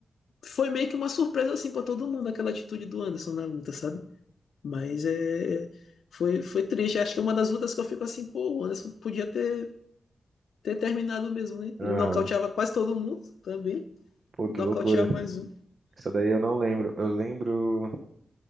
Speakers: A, on the left; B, on the right.
A: foi meio que uma surpresa assim pra todo mundo aquela atitude do Anderson na luta, sabe? Mas é, foi, foi triste. Acho que é uma das lutas que eu fico assim, pô, o Anderson podia ter, ter terminado mesmo, né?
B: Aham.
A: Ele nocauteava quase todo mundo também.
B: Pô,
A: Nocauteava
B: que loucura.
A: mais um.
B: Essa daí eu não lembro. Eu lembro,